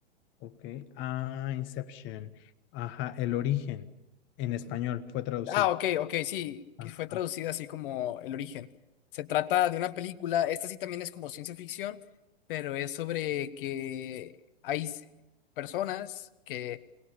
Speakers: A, on the left; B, on the left.
A: Ok, ah, Inception, ajá, el origen en español fue traducido.
B: Ah, ok, ok, sí,
A: Ajá.
B: que fue traducida así como El origen. Se trata de una película, esta sí también es como ciencia ficción, pero es sobre que hay s- personas que